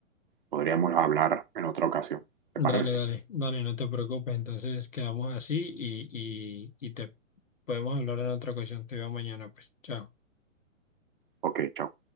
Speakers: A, on the right (about 40°); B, on the left (about 70°).
A: podríamos hablar en otra ocasión. ¿Te
B: Dale,
A: parece?
B: dale, dale, no te preocupes. Entonces quedamos así y, y, y te podemos hablar en otra ocasión. Te veo mañana, pues. Chao.
A: Ok, chao.